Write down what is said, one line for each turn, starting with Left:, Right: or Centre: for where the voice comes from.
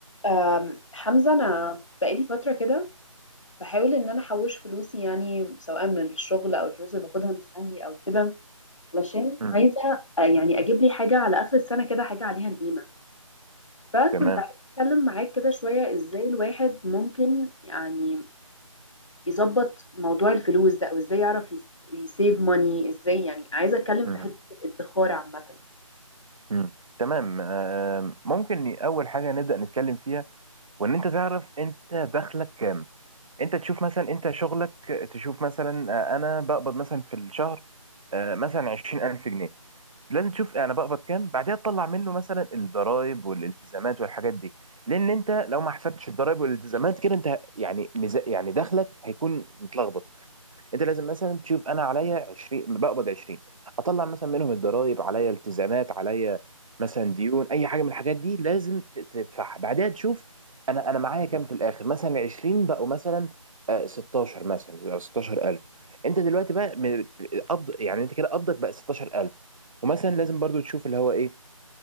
Left: أم، حمزة أنا بقالي فترة كده بحاول إن أنا أحوش فلوسي يعني سواء من الشغل أو الفلوس اللي باخدها من أهلي أو كده علشان
Right: مم.
Left: عايزة آه، يعني أجيب لي حاجة على آخر السنة كده حاجة عليها القيمة فكنت
Right: تمام
Left: عايزة أتكلم معاك كده شوية إزاي الواحد ممكن يعني يظبط موضوع الفلوس ده أو إزاي يعرف يسيف ماني إزاي يعني عايزة أتكلم
Right: مم.
Left: في حتة الادخار عامة
Right: مم. تمام آم، ممكن ي- اول حاجه نبدا نتكلم فيها وان انت تعرف انت دخلك كام انت تشوف مثلا انت شغلك تشوف مثلا آه، انا بقبض مثلا في الشهر آه، مثلا 20000 جنيه لازم تشوف انا بقبض كام بعدها تطلع منه مثلا الضرائب والالتزامات والحاجات دي لان انت لو ما حسبتش الضرائب والالتزامات كده انت يعني مز... يعني دخلك هيكون متلخبط انت لازم مثلا تشوف انا عليا 20 بقبض 20 اطلع مثلا منهم الضرايب عليا التزامات عليا مثلا ديون اي حاجه من الحاجات دي لازم ت- تدفعها بعدها تشوف انا انا معايا كام في الاخر مثلا 20 بقوا مثلا آه، 16 مثلا بقوا 16000 انت دلوقتي بقى من- قبض يعني انت كده قبضك بقى 16000 ومثلا لازم برضو تشوف اللي هو ايه